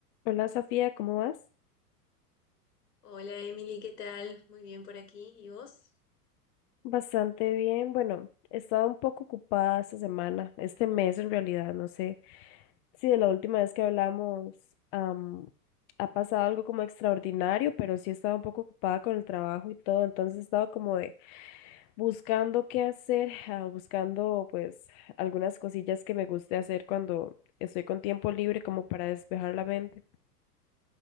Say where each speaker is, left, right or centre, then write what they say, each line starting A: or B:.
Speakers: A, on the left; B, on the left.
A: Hola Sofía, ¿cómo vas?
B: Hola Emily, ¿qué tal? Muy bien por aquí. ¿Y vos?
A: Bastante bien. Bueno, he estado un poco ocupada esta semana, este mes en realidad, no sé si de la última vez que hablamos am, ha pasado algo como extraordinario, pero sí he estado un poco ocupada con el trabajo y todo, entonces he estado como de buscando qué hacer, ah, buscando pues algunas cosillas que me guste hacer cuando estoy con tiempo libre como para despejar la mente.